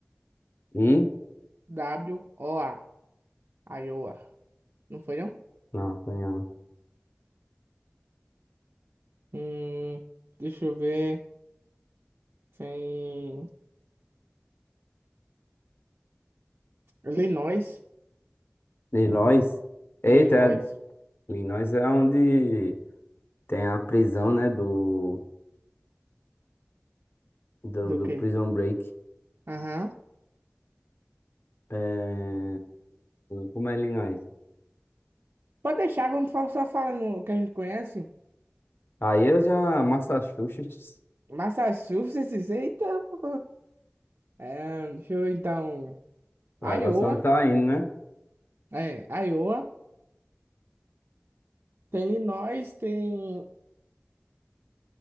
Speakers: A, on the left; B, on the right.
A: E...
B: W-O-A. Iowa. Não foi, não?
A: Não, tem a...
B: Hum, deixa eu ver. Tem. Illinois.
A: Illinois. Eita,
B: Illinois.
A: é- Illinois é onde tem a prisão, né? Do, do,
B: Do
A: do
B: quê?
A: Prison Break.
B: Aham.
A: É... Como é Illinois?
B: Pode deixar, vamos só só falar no que a gente conhece.
A: Aí eu já. Massachusetts.
B: Massachusetts, eita, pô. É, deixa eu ver então.
A: Agora
B: Iowa,
A: você não tá indo, né?
B: é, Iowa. Tem Illinois, tem